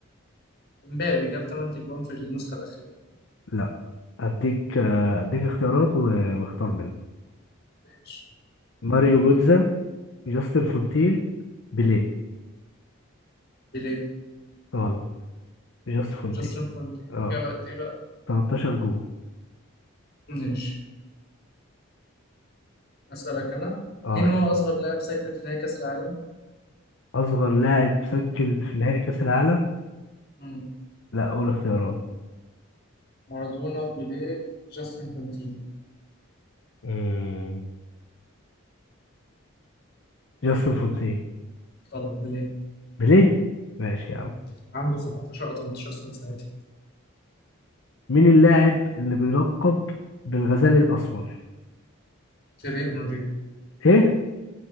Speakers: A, on the left; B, on the left.
A: مبابي جاب 8 جوان في النسخة الأخيرة
B: لا اديك آه، اديك اختيارات و- واختار منها
A: ماشي
B: ماريو جوتزا جاستن فونتين بيليه
A: بيليه
B: غلط جاستن فونتين
A: جاستن فونتي
B: اه
A: جاب قد ايه بقى
B: 13 جول
A: ماشي اسالك انا
B: اه
A: مين
B: اسأل.
A: هو اصغر لاعب سجل في نهائي كاس العالم
B: اصغر لاعب سجل في نهائي كاس العالم
A: مم.
B: لا قول اختيارات
A: مارادونا بيليه جاستن فونتي
B: مم. جاستن فونتين
A: غلط بيليه
B: بيليه ماشي
A: مم.
B: يا عم
A: عنده 17 او 18 سنه ساعتها
B: مين اللاعب اللي بيلقب بالغزال الاسمر
A: تيري اونري
B: ايه